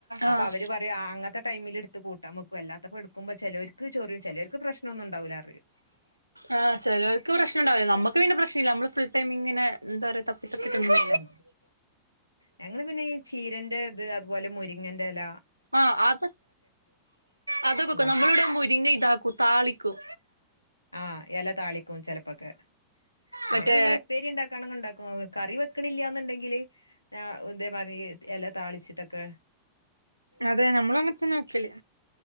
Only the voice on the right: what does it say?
ആഹ്
ആഹ് ചിലവർക്ക് പ്രശ്നം ഉണ്ടാവില്ല നമുക്ക് പിന്നെ പ്രശ്നം ഇല്ല നമ്മൾ ഫുൾ ടൈംങ്ങന എന്താ പറയാ തപ്പി തപ്പി തിന്നും
ആഹ് അത് അതൊക്കെ
നമ്മള് ഇവിടെ മുരിങ്ങ ഇതാക്കും താളി ക്കും
മറ്റേ
അതെ നമ്മളങ്ങനത്തന്ന വെക്കല്